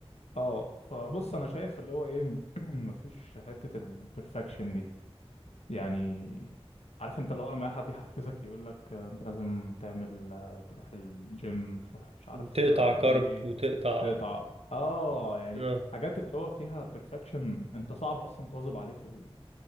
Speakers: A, on the left (about 85°); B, on the right (about 70°).
A: اه فبص انا شايف اللي هو ايه <clears throat> مفيش حتة البرفكشن دي يعني عارف انت اللي هو لما اي حد يحفزك يقول لك انت لازم تعمل آه، تروح الجيم تروح مش عارف
B: مم. تقطع
A: آه،
B: كرب
A: ايه
B: وتقطع
A: تقطع اه يعني
B: اه
A: حاجات اللي هو فيها بيرفكشن انت صعب اصلا تواظب عليه في ال-